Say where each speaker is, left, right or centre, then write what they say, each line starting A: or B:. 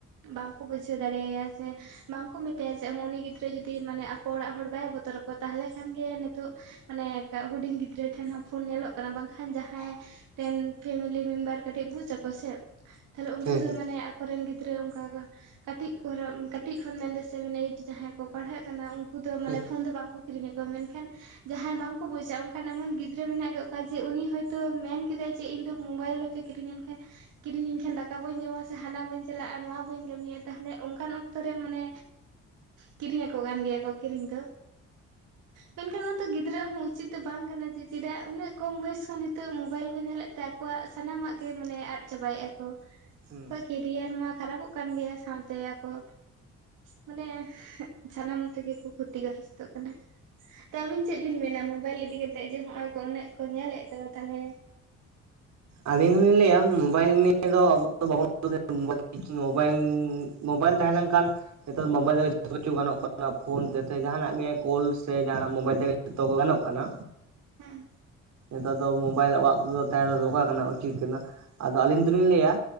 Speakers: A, on the right (about 85°); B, on the right (about 65°).
A: ᱵᱟᱝᱠᱚ ᱵᱩᱡᱷᱟᱹᱣ ᱫᱟᱲᱮᱭᱟ ᱥᱮ ᱵᱟᱝᱠᱚ ᱢᱮᱛᱟᱭᱟ ᱡᱮ ᱦᱚᱜᱼ ᱩᱱᱤ ᱜᱤᱫᱽᱨᱟᱹ ᱡᱩᱫᱤ ᱢᱟᱱᱮ ᱟᱠᱚ ᱚᱲᱟᱜ ᱦᱚᱲ ᱵᱟᱭ ᱵᱚᱛᱚᱨ ᱟᱠᱚᱣᱟ ᱛᱟᱦᱚᱞᱮ ᱠᱷᱟᱱᱜᱮ ᱱᱤᱛᱚᱜ ᱢᱟᱱᱮ ᱦᱩᱰᱤᱧ ᱜᱤᱫᱽᱨᱟᱹ ᱴᱷᱮᱱ ᱦᱚᱸ ᱯᱷᱳᱱ ᱧᱮᱞᱚᱜ ᱠᱟᱱᱟ ᱵᱟᱝᱠᱷᱟᱱ ᱡᱟᱦᱟᱸᱭ ᱴᱮᱱ ᱯᱷᱮᱢᱮᱞᱤ ᱢᱮᱢᱵᱟᱨ ᱠᱟᱹᱴᱤᱡ ᱵᱩᱡ ᱟᱠᱚ ᱥᱮ ᱛᱟᱦᱚᱞᱮ ᱩᱱᱠᱩ
B: ᱦᱮᱸ
A: ᱫᱚ
B: ᱦᱮᱸ
A: ᱢᱟᱱᱮ ᱟᱠᱚᱨᱮᱱ ᱜᱤᱫᱽᱨᱟᱹ ᱚᱱᱠᱟ ᱠᱟᱹᱴᱤᱡ ᱠᱚ ᱠᱟᱹᱴᱤᱡ ᱠᱷᱚᱱ ᱢᱮᱱᱫᱟ ᱥᱮᱵᱷᱮᱱ ᱮᱭᱤᱴ ᱡᱟᱦᱟᱸᱭ ᱠᱚ ᱯᱟᱲᱦᱟᱜ ᱠᱟᱱᱟ ᱩᱱᱠᱩ ᱫᱚ ᱢᱟᱱᱮ
B: ᱦᱮᱸ
A: ᱯᱷᱳᱱ ᱫᱚ ᱵᱟᱝᱠᱚ ᱠᱷᱤᱨᱤᱧ ᱟᱠᱚ ᱢᱮᱱᱠᱷᱟᱱ ᱡᱟᱦᱟᱸᱭ ᱵᱟᱝᱠᱚ ᱵᱩᱡᱟ ᱚᱱᱠᱟᱱ ᱮᱢᱚᱱ ᱜᱤᱫᱽᱨᱟᱹ ᱢᱮᱱᱟᱜ ᱠᱟᱜ ᱠᱚᱣᱟ ᱡᱮ ᱩᱱᱤ ᱦᱚᱭᱛᱳ ᱢᱮᱱ ᱠᱮᱫᱟᱭ ᱡᱮ ᱤᱧ ᱫᱚ ᱢᱳᱵᱟᱭᱤᱞ ᱵᱟᱯᱮ ᱠᱤᱨᱤᱧ ᱮᱱᱠᱷᱟᱱ ᱠᱤᱨᱤᱧ ᱟᱹᱧ ᱠᱷᱟᱱ ᱫᱟᱠᱟ ᱵᱟᱹᱧ ᱡᱚᱢᱟ ᱥᱮ ᱦᱟᱱᱟ ᱵᱟᱹᱧ ᱪᱟᱞᱟᱜᱼᱟ ᱱᱚᱣᱟ ᱵᱟᱹᱧ ᱠᱟᱹᱢᱤᱭᱟ ᱛᱟᱦᱞᱮ ᱚᱱᱠᱟᱱ ᱚᱠᱛᱚ ᱢᱟᱱᱮ ᱠᱤᱨᱤᱧ ᱟᱠᱚ ᱠᱟᱱ ᱜᱮᱭᱟ ᱠᱚ ᱠᱤᱨᱤᱧ ᱫᱚ ᱢᱮᱱᱠᱷᱟᱱ ᱚᱱᱟ ᱫᱚ ᱜᱤᱫᱽᱨᱟᱹ ᱦᱚᱸ ᱩᱪᱤᱛ ᱫᱚ ᱵᱟᱝ ᱠᱟᱱᱟ ᱡᱮ ᱪᱮᱫᱟᱜ ᱩᱱᱟᱹᱜ ᱠᱚᱢ ᱵᱚᱭᱮᱥ ᱠᱷᱚᱱ ᱱᱤᱛᱚᱜ ᱢᱳᱵᱟᱭᱤᱞ ᱠᱚ ᱧᱮᱞᱮᱫ ᱛᱟᱦᱮᱸ ᱟᱠᱚᱣᱟᱜ ᱥᱟᱱᱟᱢᱟᱜ ᱜᱮ ᱢᱟᱱᱮ ᱟᱫ ᱪᱟᱵᱟᱭᱮᱫᱼᱟ ᱠᱚ
B: ᱦᱩᱸ
A: ᱟᱠᱚᱣᱟᱜ ᱠᱮᱨᱤᱭᱟᱨ ᱢᱟ ᱠᱷᱟᱨᱟᱯᱚᱜ ᱠᱟᱱ ᱜᱮᱭᱟ ᱥᱟᱶᱛᱮ ᱟᱠᱚ ᱢᱟᱱᱮ ᱥᱟᱱᱟᱢ ᱛᱮᱜᱮ ᱠᱚ ᱠᱷᱚᱛᱤ ᱜᱨᱚᱥᱛᱚ ᱠᱟᱱᱟ ᱛᱚ ᱟᱵᱤᱱ ᱪᱮᱫ ᱵᱤᱱ ᱢᱮᱱᱟ ᱢᱳᱵᱟᱭᱤᱞ ᱤᱫᱤ ᱠᱟᱛᱮᱜ ᱡᱮ ᱦᱚᱸᱜᱼᱚᱭ ᱠᱚ ᱩᱱᱟᱹᱜ ᱠᱚ ᱧᱮᱞᱮᱫ ᱫᱚ ᱛᱟᱞᱦᱮ
B: ᱟᱹᱞᱤᱧ ᱦᱚᱞᱤᱧ ᱞᱟᱹᱭᱟ ᱢᱳᱵᱟᱭᱤᱞ ᱱᱤᱭᱮ ᱫᱚ ᱟᱵᱚ ᱵᱟᱵᱚᱱ ᱢᱚᱵᱟᱭᱤᱞ ᱢᱳᱵᱟᱭᱤᱞ ᱛᱟᱦᱮᱸ ᱞᱮᱱᱠᱷᱟᱱ ᱱᱮᱛᱟᱨ ᱢᱳᱵᱟᱭᱤᱞ ᱛᱮᱜᱮ ᱡᱚᱛᱚ ᱠᱤᱪᱷᱩ ᱜᱟᱱᱚᱜ ᱠᱟᱱᱟ ᱯᱷᱳᱱ ᱛᱮ ᱡᱟᱦᱟᱱᱟᱜ ᱜᱮ ᱠᱚᱞ ᱥᱮ ᱡᱟᱦᱟᱱᱟᱜ ᱢᱳᱵᱟᱭᱤᱞ ᱛᱮᱜᱮ ᱡᱚᱛᱚ ᱠᱚ ᱜᱟᱱᱚᱜ ᱠᱟᱱᱟ᱾
A: ᱦᱩᱸ
B: ᱱᱮᱛᱟᱨ ᱫᱚ ᱢᱳᱵᱟᱭᱤᱞ ᱚᱲᱟᱜ ᱠᱚᱨᱮ ᱛᱟᱦᱮᱸ ᱫᱚᱠᱟᱨ ᱠᱟᱱᱟ ᱩᱪᱤᱛ ᱠᱟᱱᱟ ᱟᱫᱚ ᱟᱹᱞᱤᱧ ᱫᱚᱞᱤᱧ ᱞᱟᱹᱭᱟ